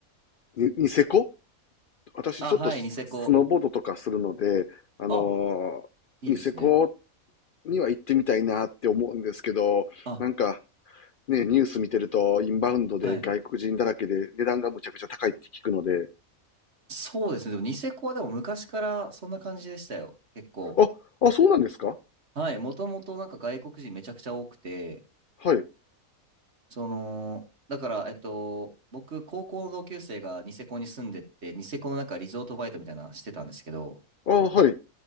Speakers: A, on the left (about 70°); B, on the right (about 50°).
A: にニセコ私ちょっとススノーボードとかするので、
B: あ、はい、ニセコ。
A: あの
B: あ、
A: ーニセコ
B: いいですね。
A: には行ってみたいなって思うんですけど、
B: あ、
A: なんかね、ニュース見てるとインバウンドで外国人だらけで値段がむちゃくちゃ高いって聞くので、
B: はい。そうですね。でもニセコはでも昔からそんな感じでしたよ。結構。
A: あ、あ、そうなんですか
B: はい。もともとなんか外国人めちゃくちゃ多くて、
A: はい。
B: その、だから、えっと、僕、高校の同級生がニセコに住んでて、ニセコのなんかリゾートバイトみたいなのしてたんですけど、
A: あ、はい。